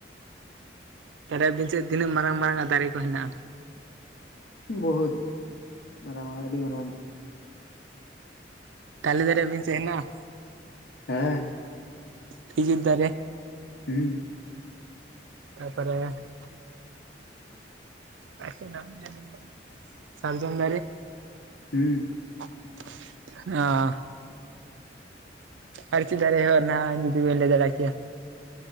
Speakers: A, on the right; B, on the left.
A: <unintelligible> ᱵᱤᱱ ᱥᱮᱫ ᱛᱤᱱᱟᱹᱜ ᱢᱟᱨᱟᱝ ᱢᱟᱨᱟᱝᱜ ᱫᱟᱨᱮ ᱠᱚ ᱦᱮᱱᱟᱜᱼᱟ
B: ᱵᱚᱦᱩᱛ ᱢᱟᱨᱟᱣ ᱢᱟᱨᱟᱣ ᱟᱹᱰᱤ ᱢᱟᱨᱟᱣ
A: ᱛᱟᱞᱮ ᱫᱟᱨ ᱟᱵᱤᱱ ᱥᱮᱜ ᱦᱮᱱᱟᱜᱼᱟ
B: ᱦᱮᱸ
A: ᱠᱷᱤᱡᱩᱨ ᱫᱟᱨᱮ
B: ᱦᱩᱸ
A: ᱛᱟᱨᱯᱚᱨᱮ <inaudible> <unintelligible> ᱥᱟᱨᱡᱚᱢ ᱫᱟᱨᱮ
B: ᱦᱩᱸ
A: <unintelligible> ᱟᱨ ᱪᱤᱨ ᱫᱟᱨᱮ ᱱᱟᱜᱼᱟ ᱡᱩᱫᱤ ᱵᱮᱱ ᱞᱟ. ᱭ ᱫᱟᱲᱟᱠᱮᱭᱟ